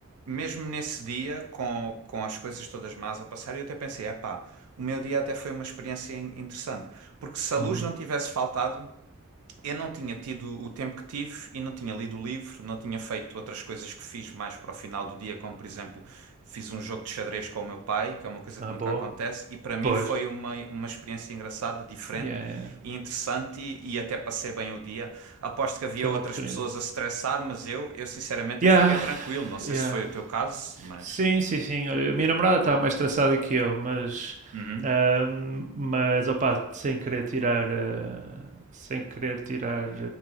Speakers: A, on the right (about 85°); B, on the right (about 35°).
A: mesmo nesse dia, com, com as coisas todas más a passar, eu até pensei, epá, o meu dia até foi uma experiência in- interessante. Porque se a
B: uhum.
A: luz não tivesse faltado, eu não tinha tido o tempo que tive e não tinha lido o livro, não tinha feito outras coisas que fiz mais para o final do dia, como por exemplo, fiz um jogo de xadrez com o meu pai, que é uma coisa
B: Ah,
A: que nunca
B: boa.
A: acontece, e para mim
B: Pois.
A: foi uma, uma experiência engraçada, diferente
B: Yeah, yeah. yeah.
A: e interessante e, e até passei bem o dia. Aposto que havia
B: Foi uma
A: outras
B: oportunidade.
A: pessoas a estressar, mas eu, eu sinceramente
B: Yeah,
A: eu fiquei tranquilo. Não sei
B: yeah.
A: se foi o teu caso, mas.
B: Sim, sim, sim. Olha, a minha namorada está mais traçada que eu, mas,
A: Uhum,
B: ahm, mas opa, sem querer tirar, ah, sem querer tirar